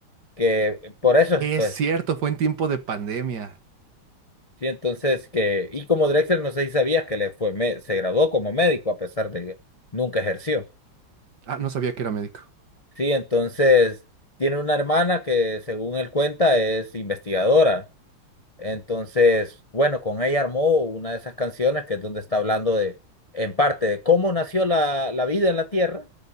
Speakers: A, on the left (about 30°); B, on the right (about 55°).
A: Que por eso,
B: Es
A: pues.
B: cierto, fue en tiempo de pandemia.
A: Sí, entonces que, y como Drexler, no sé si sabías que le fue, me- se graduó como médico a pesar de que nunca ejerció.
B: Ah, no sabía que era médico.
A: Sí, entonces tiene una hermana que según él cuenta es investigadora. Entonces, bueno, con ella armó una de esas canciones que es donde está hablando de, en parte, de cómo nació la, la vida en la Tierra,